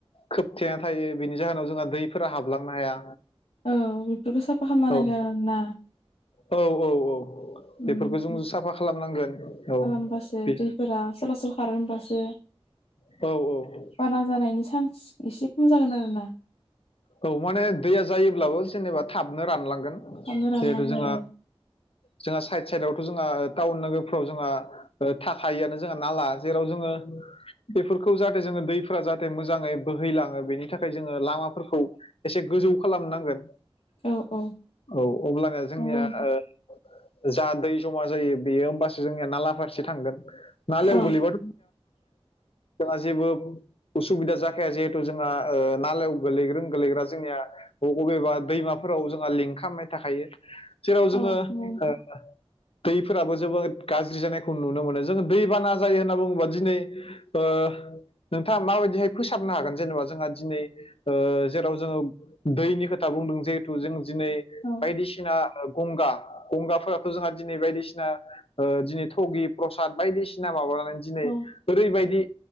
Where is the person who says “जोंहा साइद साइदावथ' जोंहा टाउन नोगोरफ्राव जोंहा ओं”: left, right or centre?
Left